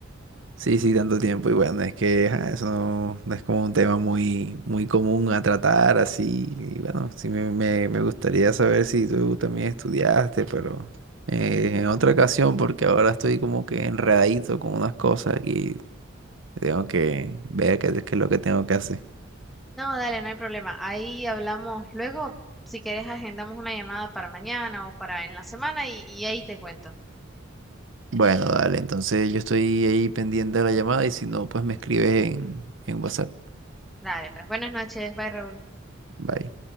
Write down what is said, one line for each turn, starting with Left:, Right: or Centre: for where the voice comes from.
Right: Sí, sí, tanto tiempo. Y bueno, es que ajá, eso no, no es como un tema muy, muy común a tratar así. Y bueno, sí me, me, me gustaría saber si tú también estudiaste, pero eh, en otra ocasión, porque ahora estoy como que enredadito con unas cosas aquí. Tengo que ver qué, qué es lo que tengo que hacer.
Centre: No, dale, no hay problema. Ahí hablamos luego. Si quieres, agendamos una llamada para mañana o para en la semana y, y ahí te cuento.
Right: Bueno, dale, entonces yo estoy ahí pendiente de la llamada y si no, pues me escribes en, en WhatsApp.
Centre: Dale, pues buenas noches. Bye, Raúl.
Right: Bye.